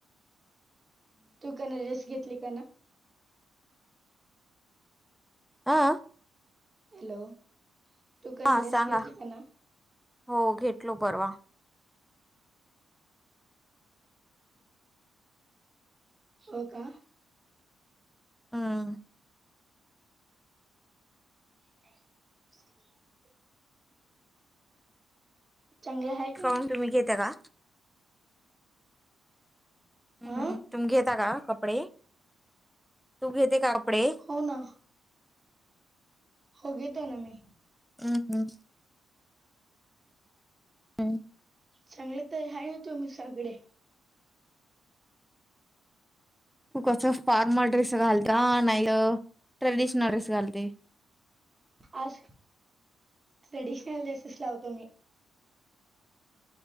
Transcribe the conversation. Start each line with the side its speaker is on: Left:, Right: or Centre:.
Right: तू का ना ड्रेस घेतली का ना?
Centre: हा
Right: हॅलो! तू काना
Centre: हा
Right: ड्रेस
Centre: सांगा
Right: घेतली का ना?
Centre: हो घेतलो परवा.
Right: हो का?
Centre: हम्म
Right: <inaudible> च्यांगलं हाय?
Centre: काऊन तुम्ही घेत का? हम्म
Right: हा
Centre: तुम्ही घेता का कपडे तू घेते का कपडे?
Right: हो ना. हो घेते ना मी.
Centre: हम्म हम्म हम्म
Right: च्यांगले तर आहे ना तुम्ही सगळे?
Centre: तू कसं फॉर्मल ड्रेस घालता नाही ट्रेडिशनल ड्रेस घालते?
Right: असं ट्रेडिशनल ड्रेसेस लावतो आम्ही.